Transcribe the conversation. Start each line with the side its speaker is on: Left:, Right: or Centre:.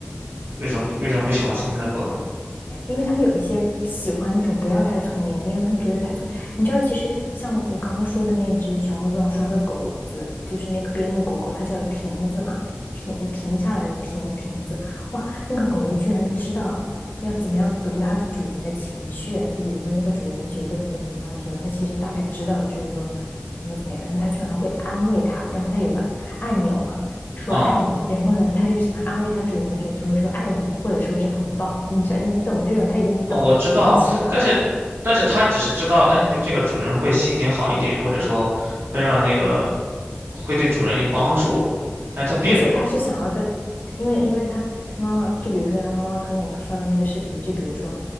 Right: 为什么为什么不喜欢聪明的狗呢？
Left: 因为他们有一些喜欢那种不要太聪明的，因为他们觉得太聪明，你知道，其实像我刚刚说的那只小红书上刷的狗子，就是那个边牧狗狗，它叫亭子嘛，停停下来的亭亭子，哇，那个狗狗居然知道要怎么样读它主人的情绪，就比如说那个主人觉得怎么怎么样的时候，它其实大概知道，就是说怎么怎么样，然后它居然会安慰它，然后它有个按钮嘛，说爱你，
Right: 啊
Left: 然后呢，它就是想要安慰它主人的时候，就会说爱你，或者说是很棒，你这，你懂这种，它已经懂读空气了，
Right: 啊，我知道，但是但是它只是知道，哎，就这个主人会心情好一点，或者说会让那个会对主人有帮助。但是它并
Left: 不是，它是想要在。因为因为他他妈妈，就比如说他妈妈刚刚我刷到那个视频，就比如说